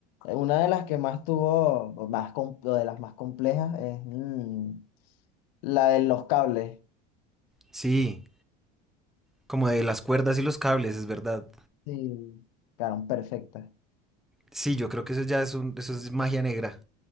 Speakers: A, on the left; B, in the centre.
A: eh, una de las que más tuvo, o más com- o de las más complejas es mm, la de los cables.
B: Sí, como de las cuerdas y los cables, es verdad.
A: Sí, quedaron perfectas.
B: Sí, yo creo que eso ya es un, eso es magia negra.